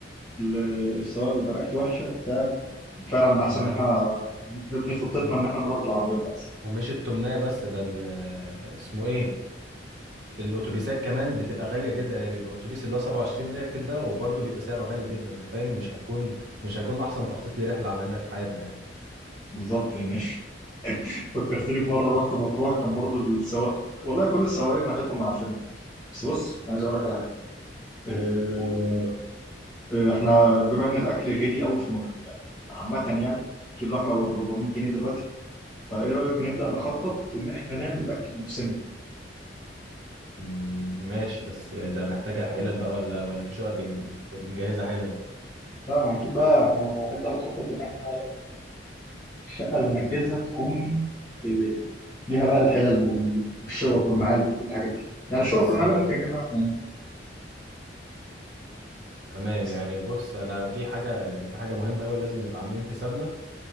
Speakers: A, on the left; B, on the right.
A: والسواق بيبقى ريحته وحشه وبتاع فعلا احسن
B: ده
A: ان احنا نبني خطتنا
B: وم-
A: ان احنا نروح بالعربيات احسن
B: ومش التمنية بس ده ال- اسمه ايه الاتوبيسات كمان بتبقى غاليه جدا يعني بيبقى اتوبيس اللي هو 27 راكب ده وبرضه بيبقى سعره غالي جدا ففاهم مش هتكون مش هيكون احسن تخطيط لرحله عملناها في حياتنا يعني
A: بالظبط يعني <laughs> فكرتني في مره رحت مطروح كان برضو السواق والله كل السواقين ريحتهم عارفين بس بص عايز اقول لك على حاجه إيه، إيه، احنا بما ان الاكل غالي قوي في م- يعني عامه يعني كيلو لحمه ب 400 جنيه دلوقتي فايه رايك نبدا نخطط ان احنا نعمل اكل بنفسنا
B: مم، ماشي بس ده محتاجه حلل بقى ولا ولا في شقق بنجهزها حلل
A: لا ما اكيد بقى احنا نبدا نخطط ان احنا الشقه اللي نحجزها تكون إيه، فيها بقى الحلل وال- والشوك والمعالق وكل الحاجات دي يعني الشوك
B: بس
A: والمعالق ممكن نجيبها احنا يعني.
B: تمام
A: بس
B: يعني بص انا في حاجه يعني في حاجه مهمه قوي لازم نبقى عاملين حسابنا